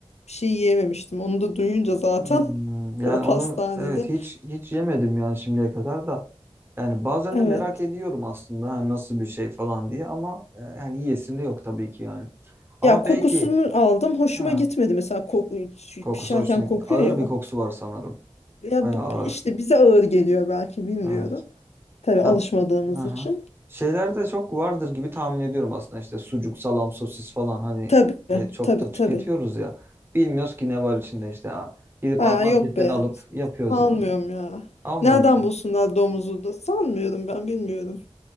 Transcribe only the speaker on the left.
bir şey yiyememiştim. Onu da duyunca zaten
<laughs>
o pastanede.
Evet.
Ya kokusunu
aldım. Hoşuma
gitmedi mesela koku şu
pişerken
kokuyor
ya o.
Ya
b-
b- işte bize ağır geliyor belki bilmiyorum.
Tabii alışmadığımız
için.
Tabii
tabii
tabii.
Aa yok be.
Sanmıyorum
ya.
Nereden
bulsunlar domuzu da? Sanmıyorum ben bilmiyorum.